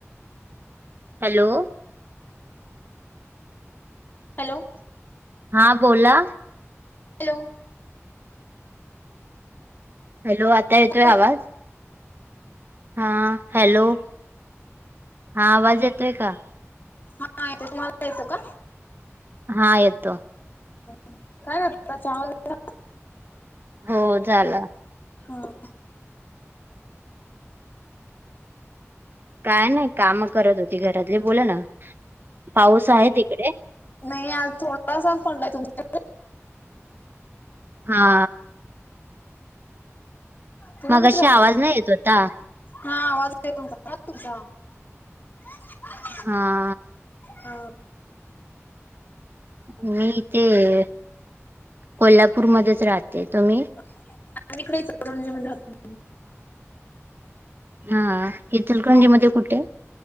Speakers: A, on the right; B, on the left.
A: हॅलो
B: हॅलो
A: हा बोला
B: हॅलो
A: हॅलो आत येतोय
B: हॅलो
A: आवाज हा हॅलो हा आवाज येतोय का
B: हा येत तुम्हाला यायचं का
A: हा येतो
B: ह काय रिताचा आवाज आला
A: हो झाला
B: हा
A: काय नाही काम करत होती घरातली बोला ना पाऊस आहे तिकडे
B: नाही आज थोडासाच पळलाय तुमच्या
A: हा.
B: तुम्ही
A: मगाशी
B: कुठे राहता
A: आवाज
B: मग.
A: नाही येत होता
B: हा आवाजकम तूझ <inaudible>
A: हा.
B: हा.
A: मी इथे. कोल्हापूरमध्येच राहते. तुम्ही?
B: आम्ही इकडेच इचलकरंजी मध्ये राहतोय.
A: हा हचलकरंजी
B: हा
A: मध्ये कुठे?